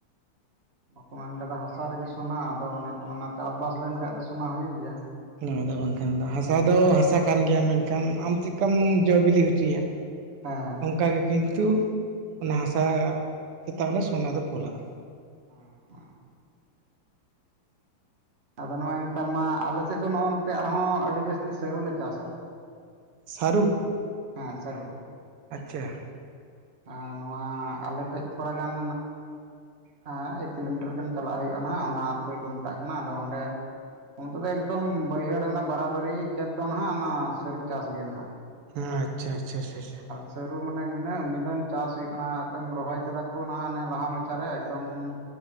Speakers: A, on the right; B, on the right.
A: ᱵᱟᱠᱚ ᱢᱮᱱ ᱠᱟᱫᱟ ᱦᱟᱥᱟ ᱨᱮᱜᱮ ᱥᱚᱱᱟ, ᱟᱫᱚ ᱚᱱᱮ ᱠᱚ ᱢᱮᱱᱟ ᱪᱟᱥᱵᱟᱥ ᱞᱮᱱᱠᱷᱟᱱ ᱫᱚ ᱥᱚᱱᱟ ᱦᱩᱭᱩᱜ ᱜᱮᱭᱟ᱾
B: ᱱᱚᱣᱟ ᱫᱚ ᱵᱟᱝᱠᱷᱟᱱ ᱫᱚ ᱦᱟᱥᱟ ᱫᱚ ᱦᱟᱥᱟ ᱠᱟᱱ ᱜᱮᱭᱟ ᱢᱮᱱᱠᱷᱟᱱ ᱟᱢ ᱪᱮᱫᱠᱟᱢ ᱡᱚ ᱵᱤᱞᱤ ᱦᱚᱪᱚᱭᱟ᱾
A: ᱦᱮᱸ
B: ᱚᱱᱠᱟ ᱜᱮ ᱠᱤᱱᱛᱩ ᱚᱱᱟ ᱦᱟᱥᱟ ᱪᱮᱛᱟᱱ ᱨᱮ ᱥᱚᱱᱟ ᱫᱚ ᱯᱷᱚᱞᱟᱜᱼᱟ ᱾
A: ᱦᱟᱸ ᱟᱫᱚ ᱱᱚᱜᱼᱚᱭ ᱱᱮᱛᱟᱨ ᱢᱟ ᱟᱞᱮ ᱥᱮᱫ ᱫᱚ ᱱᱚᱜᱼᱚ ᱱᱚᱝᱠᱟ ᱟᱨᱦᱚᱸ ᱟᱹᱰᱤ ᱡᱟᱹᱥᱛᱤ ᱥᱟᱹᱨᱩᱞᱮ ᱪᱟᱥᱟ᱾
B: ᱥᱟᱨᱩ ᱾
A: ᱦᱮ ᱥᱟᱹᱨᱩ ᱾
B: ᱟᱪᱪᱷᱟ ᱾
A: ᱦᱮ ᱱᱚᱣᱟ ᱟᱞᱮ ᱠᱷᱚᱭ ᱛᱷᱚᱲᱟ ᱜᱟᱱ ᱦᱟ ᱮᱠ ᱠᱤᱞᱳᱢᱤᱴᱟᱨ ᱜᱟᱱ ᱪᱟᱞᱟᱜ ᱦᱩᱭᱩᱜᱼᱟ ᱱᱟᱦᱟᱜ ᱚᱱᱟ ᱟᱛᱳ ᱠᱚ ᱢᱮᱛᱟᱜ ᱠᱟᱱᱟ ᱟᱫᱚ ᱚᱱᱰᱮ ᱾ ᱚᱱᱛᱮ ᱫᱚ ᱮᱠᱫᱚᱢ ᱵᱟᱹᱭᱦᱟᱹᱲ ᱚᱱᱟ ᱵᱟᱨᱟᱵᱟᱹᱨᱤ ᱠᱷᱮᱛ ᱫᱚ ᱱᱟᱦᱟᱜ ᱚᱱᱟ ᱥᱟᱹᱨᱩ ᱪᱟᱥ ᱜᱮ ᱱᱟᱦᱟᱜ ᱾
B: ᱟᱪᱪᱷᱟ ᱟᱪᱪᱷᱟ ᱟᱪᱪᱷᱟ ᱟᱪᱪᱷᱟ ᱾
A: ᱥᱟᱹᱨᱩ ᱢᱟᱱᱮ ᱱᱤᱱᱟᱹᱜ ᱢᱮᱱ ᱪᱟᱥ ᱦᱩᱭᱩᱜ ᱠᱟᱱᱟ ᱮᱠᱫᱚᱢ ᱨᱚᱦᱚᱭ ᱠᱮᱫᱟ ᱠᱚ ᱱᱟᱦᱟᱜ ᱚᱱᱮ ᱞᱟᱦᱟ ᱢᱟᱪᱟᱨᱮ ᱮᱠᱫᱚᱢ ᱾